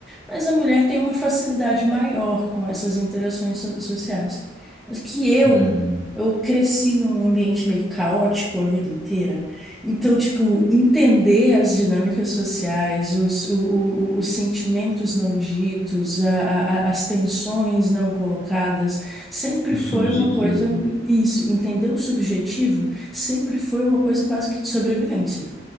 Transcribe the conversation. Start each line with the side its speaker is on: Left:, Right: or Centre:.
Centre: mas a mulher tem uma facilidade maior com essas interações so- sociais. Mas que eu,
Left: uhum.
Centre: eu cresci num ambiente meio caótico a vida inteira. Então, tipo, entender as dinâmicas sociais, os, o- o- o- os sentimentos não ditos, a- a- a- as tensões não colocadas, sempre
Left: O
Centre: foi
Left: subjetivo.
Centre: uma coisa, isso, entender o subjetivo sempre foi uma coisa quase que de sobrevivência.